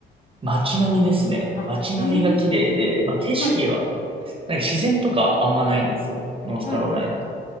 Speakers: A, on the right; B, on the left.
A: 街並みですね。
B: あ、
A: 街並みが綺麗で、
B: ええ
A: まあ景色は、
B: はい、
A: なんか自然とかあんまないんですよ。ノースカロライナ。
B: はい、はい、